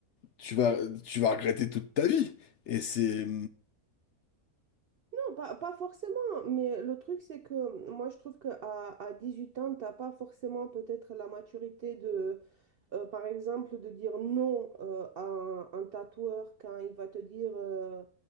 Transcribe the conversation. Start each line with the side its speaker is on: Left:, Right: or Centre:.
Left: tu vas, tu vas regretter toute ta vie. Et c'est...
Right: Non, pas, pas forcément, mais le truc, c'est que moi, je trouve qu'à à à 18 ans, t'as pas forcément peut-être la maturité de Euh, par exemple, de dire non euh, à un, un tatoueur quand il va te dire, euh,